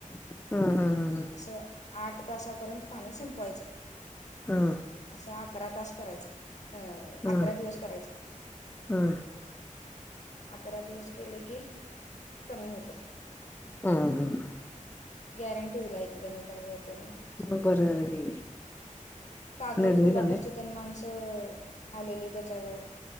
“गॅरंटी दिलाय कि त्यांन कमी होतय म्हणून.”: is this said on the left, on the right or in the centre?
Left